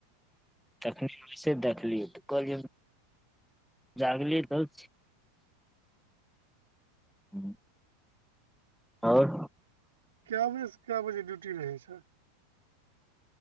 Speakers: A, in the centre; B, on the right.
A: तखने वस देखलियै तऽ कहलियै जगली दल। हू ओर
B: कए बजेस कए बजे ड्यूटी रहै छै।